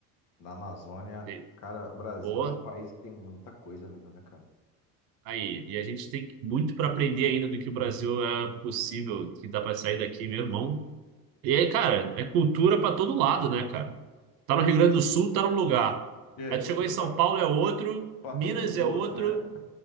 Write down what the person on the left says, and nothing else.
na Amazônia.
Cara, o Brasil
é um país que tem muita coisa mesmo, né, cara?
É,
cultura
pra,
pra
todos os gostos,
né?